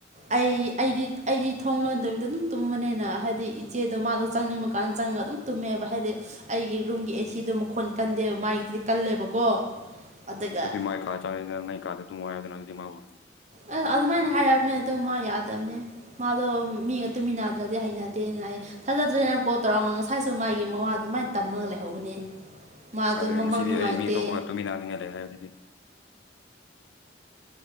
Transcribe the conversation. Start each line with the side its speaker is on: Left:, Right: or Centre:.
Right: ꯑꯩ ꯑꯩꯗꯤ ꯑꯩꯗꯤ ꯊꯣꯡ ꯂꯣꯟꯗꯕꯤꯗ ꯑꯗꯨꯝ ꯇꯨꯝꯕꯅꯤꯅ ꯍꯥꯏꯗꯤ ꯏꯆꯦꯗꯣ ꯃꯥꯗꯣ ꯆꯪꯅꯤꯡꯕꯀꯥꯟꯗ ꯆꯪꯉꯒ ꯑꯗꯨꯝ ꯇꯨꯝꯃꯦꯕ ꯍꯥꯏꯗꯤ ꯑꯩꯒꯤ ꯔꯨꯝꯒꯤ ꯑꯦꯁꯤꯗꯣ ꯃꯈꯣꯟ ꯀꯟꯗꯦꯕ ꯃꯥꯒꯤ ꯗꯤ ꯀꯜꯂꯦꯕꯀꯣ ꯑꯗꯨꯒ
Left: ꯑꯗꯨꯗꯤ ꯃꯥꯒꯤ ꯀꯥꯗ ꯆꯪꯉꯗꯤ ꯃꯥꯒꯤ ꯀꯥꯗ ꯇꯨꯝꯃꯣ ꯍꯥꯏꯌꯨꯗꯅ ꯃꯥꯕꯨ
Right: ꯑꯩ ꯑꯗꯨꯃꯥꯏꯅ ꯍꯥꯏꯔꯕꯅꯦ ꯑꯗꯣ ꯃꯥ ꯌꯥꯗꯕꯅꯤ ꯃꯥꯗꯣ ꯃꯤꯒ ꯇꯨꯃꯤꯟꯅꯗ꯭ꯔꯗꯤ ꯍꯩꯅꯗꯦ ꯇꯦꯅ ꯍꯥꯏ ꯊꯥꯖꯗ꯭ꯔꯦꯅ ꯀꯣꯜ ꯇꯧꯔ ꯉꯁꯥꯏꯁꯨ ꯃꯥꯒꯤ ꯃꯋꯥꯗꯨꯃꯥꯏꯅ ꯇꯝꯃꯒ ꯂꯩꯍꯧꯕꯅꯦ ꯃꯥꯗꯣ
Left: ꯐꯔꯦ
Right: ꯃꯃꯪ
Left: ꯉꯁꯤꯗꯤ
Right: ꯅꯨꯡꯉꯥꯏꯇꯦ
Left: ꯑꯩ ꯃꯤ ꯇꯣꯛꯞꯄꯒ ꯇꯨꯃꯤꯟꯅꯅꯤꯡꯉꯥꯏ ꯂꯩꯔꯦ ꯑꯗꯨꯗꯤ